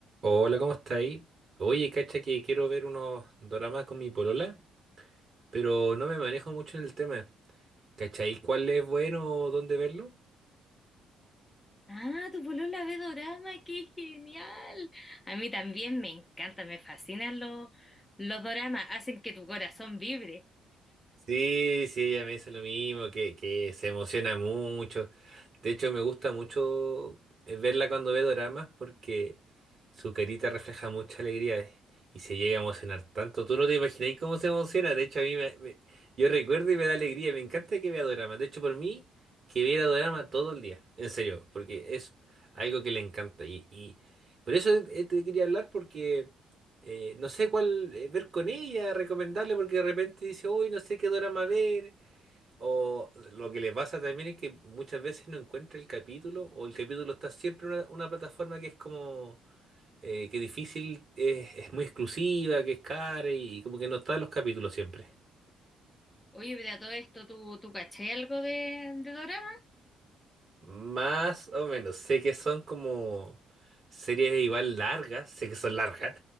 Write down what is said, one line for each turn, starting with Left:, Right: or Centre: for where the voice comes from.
Right: Hola, ¿cómo estáis? Oye, cacha que quiero ver unos doramas con mi polola, pero no me manejo mucho en el tema. ¿Cachai? ¿Cuál es bueno o dónde verlo?
Left: Ah, tu polola ve dorama, qué genial. A mí también me encanta, me fascinan los, los doramas, hacen que tu corazón vibre.
Right: Sí, sí, ella me dice lo mismo, que, que se emociona mucho. De hecho, me gusta mucho eh, verla cuando ve doramas porque su carita refleja mucha alegría eh, y se llega a emocionar tanto. Tú no te imagináis cómo se emociona. De hecho, a mí me, me- yo recuerdo y me da alegría. Me encanta que vea doramas. De hecho, por mí, que viera dorama todo el día. En serio, porque es algo que le encanta. Y, y por eso eh, te quería hablar porque eh, no sé cuál eh, ver con ella, recomendarle, porque de repente dice, uy, no sé qué drama ver. O lo que le pasa también es que muchas veces no encuentra el capítulo, o el capítulo está siempre en una, una plataforma que es como eh, que difícil, es, es muy exclusiva, que es cara y como que no están los capítulos siempre.
Left: Oye, pero a todo esto, ¿tú, tú caché algo de, de dorama?
Right: Más o menos. Sé que son como series igual largas. Sé que son largas.